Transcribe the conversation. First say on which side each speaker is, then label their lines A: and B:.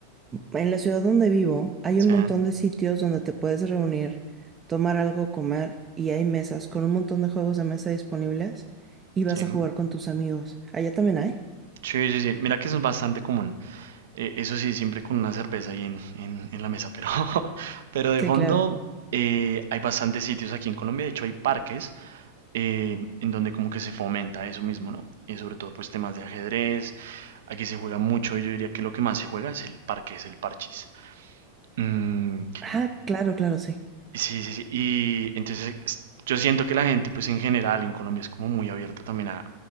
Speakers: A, on the right; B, on the right.
A: En la ciudad donde vivo hay
B: sí,
A: un montón de sitios donde te puedes reunir, tomar algo, comer y hay mesas con un montón de juegos de mesa disponibles y
B: sí,
A: vas a jugar con tus amigos. Allá también hay.
B: sí, sí, sí. Mira que eso es bastante común. Eh, eso sí, siempre con una cerveza ahí en, en- en la mesa, pero, <laughs> pero de
A: Sí,
B: fondo
A: claro.
B: eh, hay bastantes sitios aquí en Colombia, de hecho hay parques eh, en donde como que se fomenta eso mismo, ¿no? Y sobre todo pues temas de ajedrez, aquí se juega mucho y yo diría que lo que más se juega es el parque, es el parchís. Mm,
A: Ah, claro, claro, sí.
B: sí, sí, sí, y entonces es- yo siento que la gente pues en general en Colombia es como muy abierta también a,